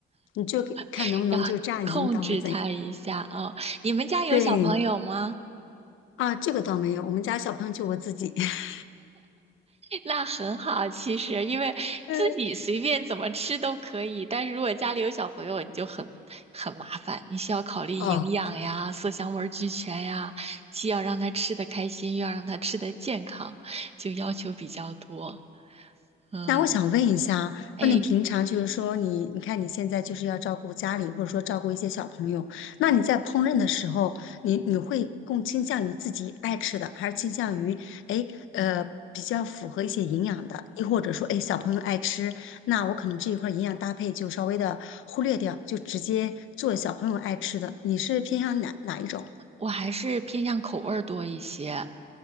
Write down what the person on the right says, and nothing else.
<laughs> 要控制他一下啊，哦你们家有小朋友吗？
那很好，其实因为自己随便怎么吃都可以，
但是如果家里有小朋友，你就很很麻烦，你需要考虑营养呀、
色香味俱全呀，既要让他吃得开心，又要让他吃得健康，就要求比较多。嗯，
哎，
我还是偏向口味儿多一些。